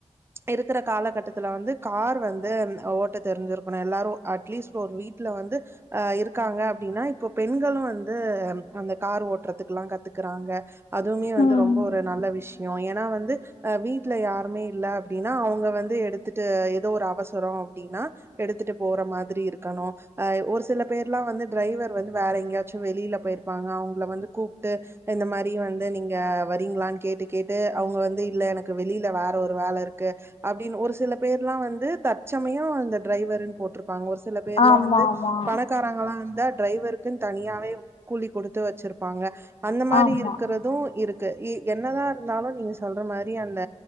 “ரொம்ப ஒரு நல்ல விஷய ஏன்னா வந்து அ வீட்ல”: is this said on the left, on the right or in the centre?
Right